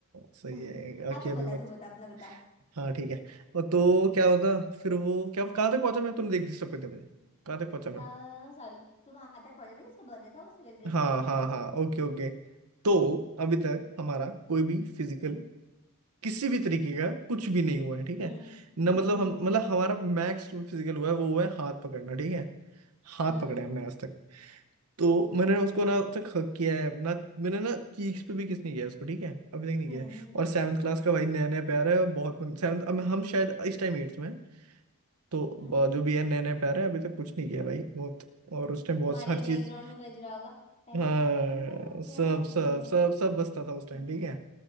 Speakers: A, on the right; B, on the left.
A: सही
B: <laughs>
A: है
B: हाँ
A: अ, कि
B: तू
A: अभी
B: बता
A: मत
B: तू बता अपना बता
A: हाँ ठीक है और तो क्या होता फिर वो क्या कहाँ तक पहुंचा मैं तुमने देख डिस्टर्ब कर दिया मुझे कहाँ तक पहुंचा मैं
B: आ सॉरी तू वहां तक पहुंचा था कि उसका बर्थडे था वो सिविल ड्रेस
A: हाँ
B: पहन के
A: हाँ
B: आने वाली
A: हाँ
B: थी
A: ओके ओके तो अभी तक हमारा कोई भी फिजिकल किसी भी तरीके का कुछ भी नहीं हुआ है ठीक
B: हम्म
A: है ना
B: हम्म
A: मतलब
B: हम्म
A: हम मतलब हमारा मैक्स फिजिकल हुआ है वो हुआ है हाथ पकड़ना ठीक है हाथ
B: हाँ
A: पकड़े हमने आज तक तो
B: हाँ
A: मैंने उसको ना अब तक हक किया है ना मैंने ना चीक्स पे भी किस नहीं किया है उसको ठीक है अभी तक नहीं
B: हम्म
A: किया है
B: हम्म
A: और सेवन्थ क्लास का भाई नया नया प्यार है और बहुत मन सेवन्थ अब हम शायद इस टाइम एट्थ में हैं, तो
B: हम्म
A: ब- जो भी है नया नया प्यार है अभी तक कुछ नहीं किया भाई बहुत और उस टाइम बहुत
B: तुम्हारे
A: हर चीज
B: बैकग्राउंड में बज रहा होगा पहला
A: हाँ
B: पहला
A: सब
B: प्यार
A: सब
B: है
A: सब सब बसता था उस
B: <laughs>
A: टाइम ठीक है